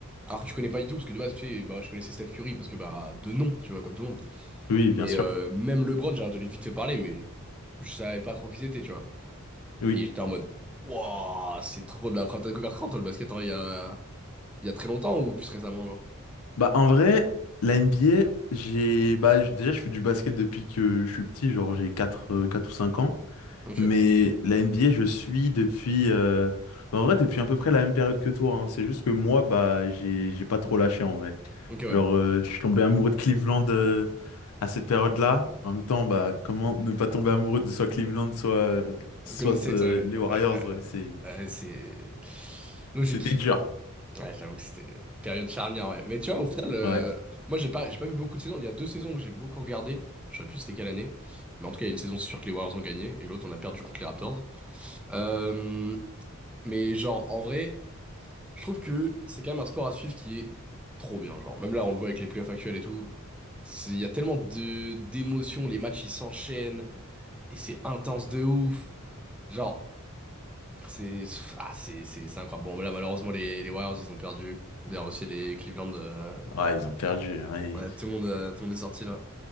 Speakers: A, in the centre; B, on the left.
A: alors que tu connais pas du tout, parce que de base, tu sais, bah, je connaissais Steph Curry, parce que bah, de nom, tu vois, comme tout le monde.
B: Oui, bien
A: Mais
B: sûr.
A: euh, même LeBron, j'ai entendu vite fait parler, mais je savais pas trop qui c'était, tu vois.
B: Oui.
A: Et j'étais en mode, waouh c'est trop de la frappe. T'as découvert quand, toi, le basket, hein, il y a, il y a très longtemps ou plus récemment, genre?
B: Bah, en vrai, la NBA, j'ai, bah, j- déjà, je fais du basket depuis que je suis petit, genre, j'ai quatre euh, 4 ou 5 ans.
A: Ok,
B: Mais la NBA, je suis depuis... euh, bah, en vrai, depuis à peu près la même période que toi. hein. C'est juste que moi, bah, j'ai, j'ai pas trop lâché en vrai.
A: ok, ouais.
B: Genre, euh, je suis tombé amoureux de Cleveland euh, à cette période-là. En même temps, bah, comment ne pas tomber amoureux de soit Cleveland, soit, euh, soit
A: Golden State,
B: euh,
A: ouais.
B: les Warriors,
A: Euh,
B: ouais, c'est,
A: euh, c'est logique.
B: c'était dur.
A: Ouais, j'avoue que c'était une période charnière, ouais. Mais tu vois, au final, euh,
B: Ouais.
A: moi, j'ai pas, j'ai pas vu beaucoup de saisons. Il y a deux saisons que j'ai beaucoup regardé. Je sais plus c'était quelle année. Mais en tout cas, il y a une saison, c'est sûr que les Warriors ont gagné. Et l'autre, on a perdu contre les Raptors. Euh, mais genre, en vrai, je trouve que c'est quand même un sport à suivre qui est trop bien. Genre, même là, on le voit avec les playoffs actuels et tout. C'est- Il y a tellement de d'émotions. Les matchs, ils s'enchaînent. Et c'est intense de ouf. Genre, c'est ah, c'est c'est- c'est incroyable. Bon, mais là, malheureusement, les, les Warriors, ils ont perdu. D'ailleurs, aussi les Cleveland. euh,
B: Ouais, ils ont perdu. ouais.
A: Ouais, tout le monde, euh, tout le monde est sorti là.